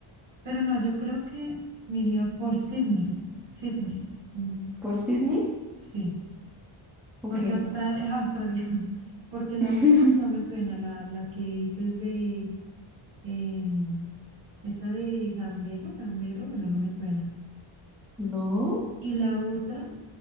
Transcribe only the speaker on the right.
pero no, yo creo que me iría por Sydney, Sydney. mm,
sí,
porque Australia es Australia, <laughs> porque la
otra no me suena, la, la que dices de, em, esa de Gamberro, Gamberro, bueno, no me suena.
Y la otra...